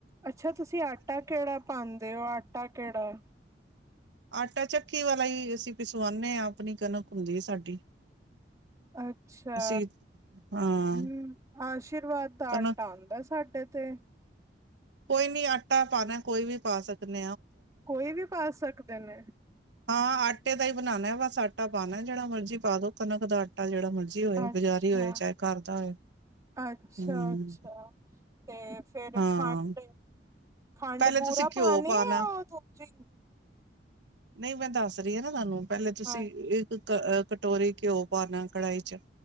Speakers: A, on the right; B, on the right.
A: ਅੱਛਾ ਤੁਸੀਂ ਆਟਾ ਕਿਹੜਾ ਪਾਉਂਦੇ ਓ ਆਟਾ ਕਿਹੜਾ
B: ਆਟਾ ਚੱਕੀ ਵਾਲਾ ਈ ਅਸੀਂ ਪਿਸਵਾਨੇ ਆ ਆਪਣੀ ਕਣਕ ਹੁੰਦੀ ਐ ਸਾਡੀ
A: ਅੱਛਾ,
B: ਅਸੀਂ ਹਾਂ
A: ਹੂੰ ਅਸ਼ ਆਸ਼ੀਰਵਾਦ ਦਾ
B: ਕਣਕ
A: ਆਟਾ ਆਂਦਾ ਸਾਡੇ ਤੇ
B: ਕੋਈ ਨੀ ਅੱ ਟਾ ਪਾਣਾ ਕੋਈ ਵੀ ਪਾ ਸਕ ਨ
A: ਕੋਈ ਵੀ ਪਾ ਸਕਦੇ ਨੇ
B: ਹਾਂ ਆ ਆਟੇ ਦਾ ਈ ਬਨਾਣਾ ਬਸ ਅ ਆਟਾ ਪਾਣਾ ਜਿਹੜਾ ਮਰਜ਼ੀ ਪਾ ਦੋ ਕਣਕ ਦਾ ਆਟਾ ਜਿਹੜਾ ਮਰਜੀ ਹੋਏ
A: ਅੱਛਾ,
B: ਬਜ਼ਾਰੀ ਹੋਏ ਚਾਹੇ ਘਰ ਦਾ ਹੋਏ
A: ਅੱਛਾ,
B: ਹਮ
A: ਅੱਛਾ ਤੇ ਫਿਰ
B: ਹਾਂ
A: ਖੰਡ ਖੰਡ
B: ਪਹਿਲੇ
A: ਬੂਰਾ
B: ਤੁਸੀਂ
A: ਪਾਣੇ
B: ਘਿਓ ਪਾਉਣਾ
A: ਆ ਉਹ ਦੂਜੀ
B: ਨਹੀਂ ਮੈਂ ਦੱਸ ਰਹੀ ਨਾ ਤੁਹਾਨੂੰ ਪਹਿਲਾਂ ਤੁਸੀਂ
A: ਹਾਂ
B: ਇੱਕ ਟੋਰੀ ਘਿਓ ਪਾਨਾ ਕੜਾਹੀ ਚ